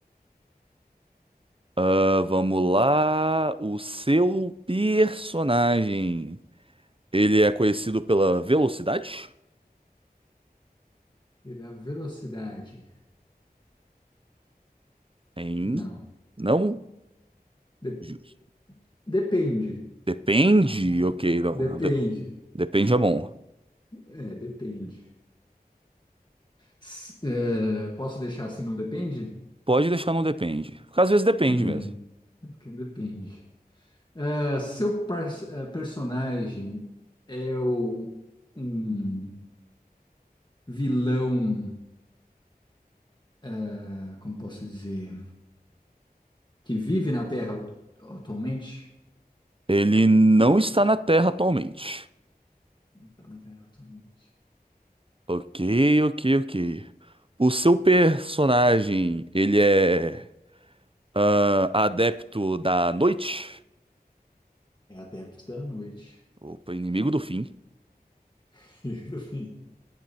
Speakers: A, on the right; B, on the left.
A: Ah, vamos lá. O seu personagem. Ele é conhecido pela velocidade?
B: Pela velocidade?
A: Hein?
B: Não.
A: Não?
B: De-
A: Justo.
B: depende.
A: Depende, ok, não.
B: Depende.
A: de- depende é bom.
B: É, depende. S- é, posso deixar assim, não depende?
A: Pode deixar não depende. Porque às vezes depende
B: Bem,
A: mesmo.
B: é porque depende. É, seu par- é, personagem é o- um vilão, é, como posso dizer, que vive na Terra atu- atualmente?
A: Ele não está na Terra atualmente.
B: Não tá na Terra atualmente.
A: Ok, ok, ok. O seu personagem, ele é ah, adepto da noite?
B: É adepto da noite.
A: Opa, inimigo do fim.
B: <laughs> Enfim,